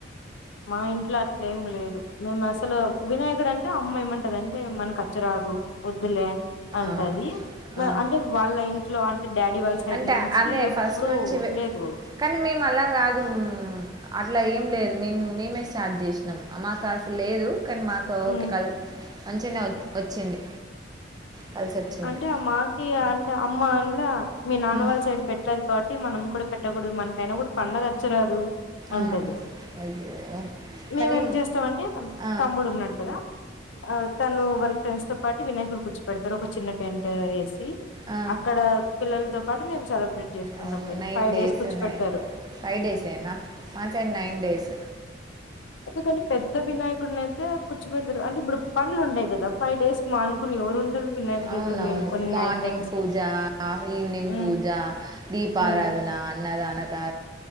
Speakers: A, on the left; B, on the right.
A: మా ఇంట్లో అట్లే ఏం లేదు మేము అసలు వినాయకుడు అంటే అమ్మ ఏమంటుంది అంటే మనకు అచ్చిరాదు వద్దులే అంటది
B: ఆ, ఆ.
A: అంటే వాళ్ళ ఇంట్లో అంటే డాడీ వాళ్ళ సైడ్
B: అంటే
A: నుంచి
B: అదే
A: ఎప్పుడు
B: ఫస్ట్ నుంచి
A: లేదు
B: కానీ మేము అలా కాదు అట్లా ఏం లేదు మేము మేమే స్టార్ట చేసినాం మాకు అసలు లేదు న్ మా
A: హ్మ్.
B: ఓకే క మంచినే వచ్చింది కలిసి వచ్చింది
A: అంటే ఆ మాకి అమ్మానె మీ నాన్నవాారి
B: ఉమ్
A: సైడ్ పెట్టలేదు కాబట్టి టి మనం కూడా పెట్టకూడదు మనకైనా కూడా పండగచ్చరాదు అంటది
B: ఆ అయ్యో
A: మేమేం
B: కానీ
A: చేస్తామంటే
B: ఆ
A: తమ్ముడు ఉన్నాడు కదా ఆ తను వళ ఫ్రెండ్స్ తో పాటు వినాయకుని కూర్చోబెడతా ఇక్కడ ఒక చిన్న టెంట్ వేస
B: ఆ
A: అక్కడ పిల్లలతో వాడు మేము చాల చేా
B: అవును నైన్
A: ఫైవ్ డేస్ కూర్చ
B: ఉన్నాయి
A: పెట్టారు
B: ఫైవ్ డేసేనా మా సైడ్ నైన్ డేస్
A: ఎందుకంటే పెద్ద వినాయకుడిని అయితే కూర్చోపెట్ట అంటే ఇప్పుడు పండ్లు ఉన్నాయి కదా ఫైవ్ డేస్ మా అనుకుని ఎవరు వినాయకుడి
B: అవునవును
A: దగ్గర మేల్కొని
B: మార్నింగ్
A: నైట్ టైమ్స్
B: పూజ అ ఈవినింగ్
A: ఉమ్
B: పూజ దీపారాధన
A: ఉమ్
B: అన్నదానం కా